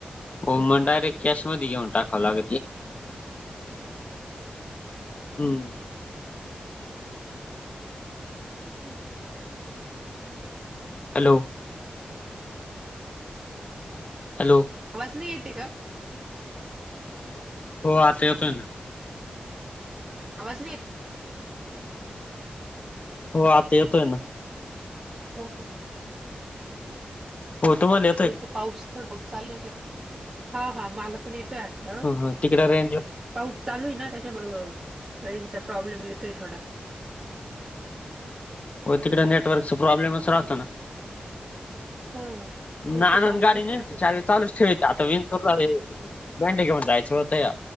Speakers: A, on the left; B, on the right.
A: हो
B: पुढे
A: मग डायरेक्ट कॅश मध्ये घेऊन टाकवलाग हम्म
B: <unintelligible>
A: हॅलो हॅलो
B: आवाज नाही येते का?
A: हो आता येतोय ना.
B: आवाज नाही येत.
A: हो आता येतोय ना.
B: हो हो
A: हो तुम्हाला ये
B: मग ते पाऊस थडत चाल हा हा मला पण येतो आता
A: ह ह तिकडे रेंज
B: पाऊस चालू आहे ना त्याच्यामुळं रेंजचा प्रॉब्लेम येतोय थोडा.
A: हो तिकडे नेटवर्कचा प्रॉब्लेमच राहत ना.
B: हा नेटवर्कचा
A: नानंद
B: प्रॉब्लेमच
A: गाडी नळते
B: राहतो
A: चार
B: थोडा.
A: चालूच ठेवते आता बेंडे घेऊन जायचं होत या